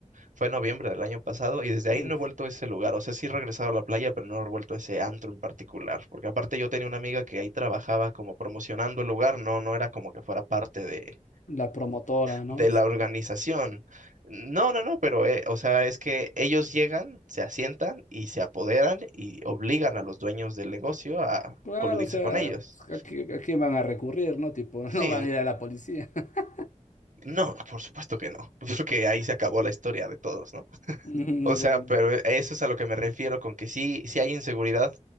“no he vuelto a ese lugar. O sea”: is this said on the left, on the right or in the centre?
Right